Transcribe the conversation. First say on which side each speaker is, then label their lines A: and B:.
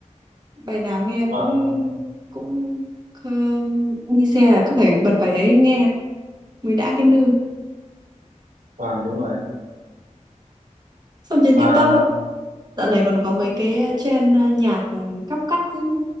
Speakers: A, on the right; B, on the right.
A: bài nào nghe
B: vâng
A: cũng cũng ờ, đi xe là cứ phải bật bài đấy nghe mới đã cái nư
B: vâng đúng rồi
A: Xong trên
B: à,
A: TikTok ấy, dạo này còn có mấy cái ờ, trend ờ, nhạc cắp cắt ừ,